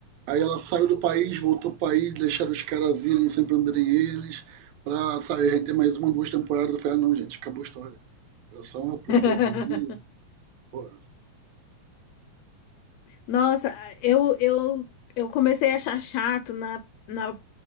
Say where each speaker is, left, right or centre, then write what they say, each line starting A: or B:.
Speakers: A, on the right; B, on the left.
A: aí ela saiu do país, voltou para o país, deixaram os caras irem sem prenderem eles, para sair render mais uma, duas temporadas. Eu falei, ah, não, gente, acabou a história. Era só aprender
B: <laughs>
A: ali. Porra,
B: Nossa, eu, eu, eu comecei a achar chato na, na